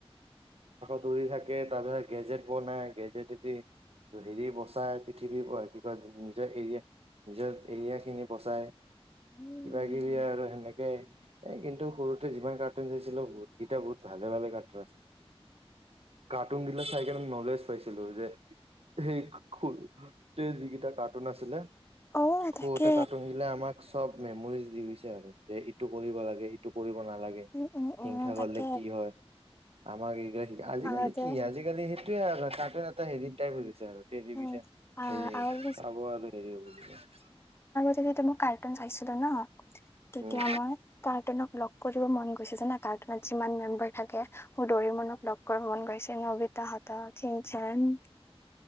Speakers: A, on the right; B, on the left.
A: ফুৰি থাকে তাৰ পিছত গেজেট বনাই গেজেট এটি হেৰি বচাই পৃথিৱী কি কয় নিজৰ এৰিয়া নিজৰ এৰিয়া খিনি বচাই কিবা
B: উম।
A: কিবি আৰু সেনেকে এ কিন্তু সৰুতে যিমান কাৰ্টুন চাইছিলো বহুত কেইটা বহুত ভালে ভালে কাৰ্টুন আছিলে। কাৰ্টুন বিলাক চাই কেনে নলেজ কৈছিলোঁ যে সেই খৰুতে যিকেইটা কাৰ্টুন আছিলে।
B: অ
A: খৰুতে
B: তাকে
A: কাৰ্টুন বিলাক আমাক চব মেমৰিজ দি গৈছে আৰু যে ইটো কৰিব লাগে ইটো কৰিব নালাগে
B: উম উম উম
A: হিংসা
B: তাকে
A: কৰিলে কি হয়। আমাৰ এই আজিকালি
B: আগতে
A: কি আজিকালি সে স ত এটা হেৰিত ট <unintelligible> আৰু টেলিভিন
B: উম আহ
A: হে
B: আগতে
A: চাব আৰু হেৰি হব।
B: সৰুতে মোক কাৰ্টুন চাইছিলো ন তেতিয়া
A: উম
B: মই কাৰ্টুনক লগ কৰিব মন গৈছে যে জানা কাৰ্টুনত যিমান মেম্বাৰ থাকে। ডৰিমণক
A: উম উম।
B: লগ কৰিব মন গৈছে। নবিতা হতক চিনচেন,